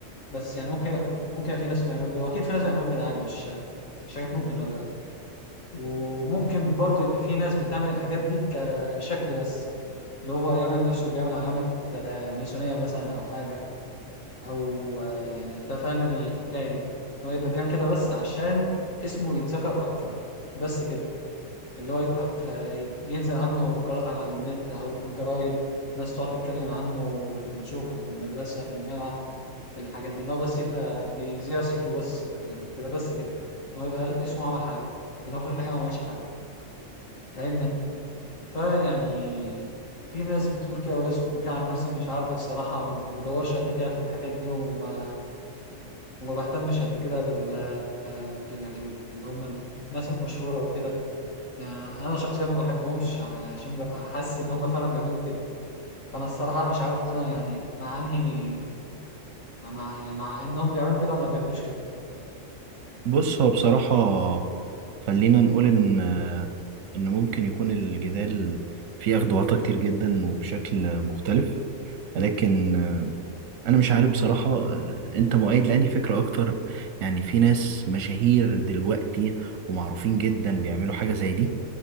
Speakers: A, on the left (about 75°); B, on the right (about 70°).
A: بس يعني ممكن ممكن يبقى في ناس بيعملوا كده واكيد في ناس بيعملوا كده يعني مش مش حاجات ممكن ولا لا وممكن برضه يبقى في ناس بتعمل الحاجات دي كشكل بس اللي هو يعمل نفسه بيعمل علامة ماسونية مثلا أو حاجة أو آه، يعني أنت فاهم الحكاية دي هو يبقى بيعمل كده بس عشان اسمه يتذكر أكتر بس كده اللي هو يبقى في آه، ينزل عنه مقالات على النت أو في الجرايد ناس تقعد تتكلم عنه في الشغل في المدرسة في الجامعة في الحاجات دي إن هو بس يبقى بيذيع صيته بس آه، يعني تبقى بس كده إن هو يبقى اسمه عمل حاجة لكن هو في الحقيقة ما عملش حاجة فاهمني أنت فيعني في ناس بتقول كده وناس بتقول كده عن نفسي مش عارف الصراحة ما بدورش قد كده في الحاجات دي وما وما بهتمش قد كده بال بال- يعني بال- اللي هم الناس المشهورة وكده يعني أنا شخصيا ما بحبهمش يعني عشان ببقى حاسس إن هم فعلا بيعملوا كده فأنا الصراحة مش عارف أنا يعني مع أنهي يعني مع يعني مع إنهم بيعملوا كده ولا ما بيعملوش كده
B: بص هو بصراحة خلينا نقول إن آه، إن ممكن يكون الجدال فيه أخدواتا كتير جدا وبشكل مختلف لكن آه، انا مش عارف بصراحة آه، انت مؤيد لأنهي فكرة اكتر يعني في ناس مشاهير دلوقتي ومعروفين جدا بيعملوا حاجة زي دي